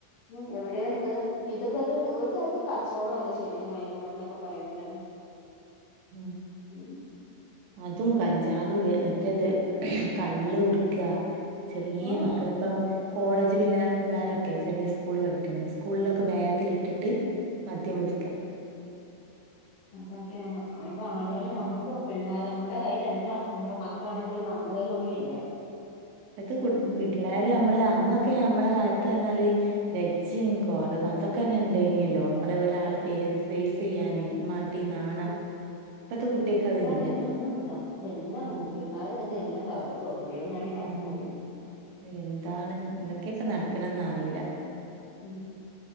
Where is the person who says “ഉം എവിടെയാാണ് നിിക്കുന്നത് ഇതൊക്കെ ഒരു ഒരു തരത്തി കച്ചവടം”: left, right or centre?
Left